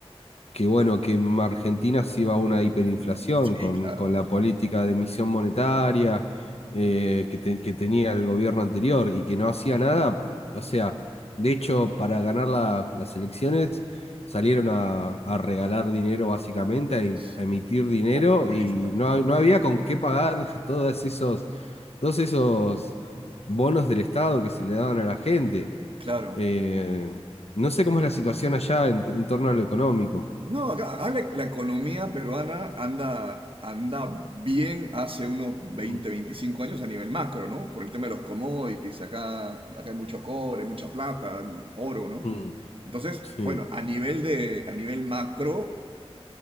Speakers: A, on the left; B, on the right.
A: que bueno, que en Argentina sí va a una hiperinflación
B: Sí,
A: con,
B: claro.
A: con la política de emisión monetaria eh, que, te- que tenía el gobierno anterior y que no hacía nada. O sea, de hecho, para ganar la- las elecciones salieron a, a regalar dinero básicamente, a, im-
B: Sí.
A: a emitir dinero
B: Populistas.
A: y no, ha- no había con qué pagar <laughs> todos esos, todos esos bonos del Estado que se le daban a la gente.
B: Claro.
A: Eh, no sé cómo es la situación allá en en torno a lo económico.
B: No, acá, acá la, la economía peruana anda, anda bien hace unos veinte,
A: Mm.
B: veinticinco años a nivel macro, ¿no? Por el tema de los commodities, acá, acá hay mucho cobre, mucha plata, oro, ¿no?
A: Mm,
B: Entonces,
A: sí,
B: bueno, a nivel de, a nivel macro,